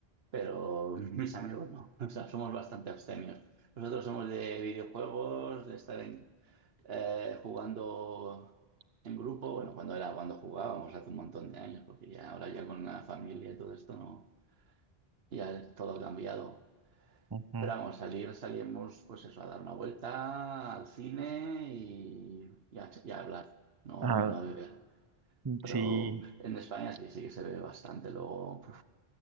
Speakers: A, on the right (about 65°); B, on the right (about 25°).
A: pero mis amigos no. <laughs> O sea, somos bastante abstemios. Nosotros somos de videojuegos, de estar en- eh, jugando en grupo. Bueno, cuando era cuando jugábamos hace un montón de años, porque ya ahora ya con la familia y todo esto no, ya todo ha cambiado.
B: Ujú.
A: Pero vamos, salir, salíamos pues eso, a dar una vuelta al cine y, y a, y a hablar, no,
B: Ah,
A: no a beber.
B: mm,
A: Pero
B: sí,
A: en España sí, sí que se bebe bastante. Luego,